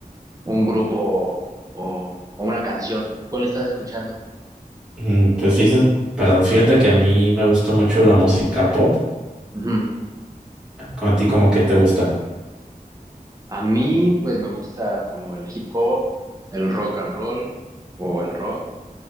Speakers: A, on the right; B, in the centre.
A: un grupo o, o una canción. ¿Cuál estás escuchando?
B: Mm, Pues fíjate, perdón, fíjate que a mí me gusta mucho la música pop.
A: Ujú.
B: ¿Con a ti como que te gusta?
A: A mí, pues me gusta como el hip hop, el rock and roll o el rock.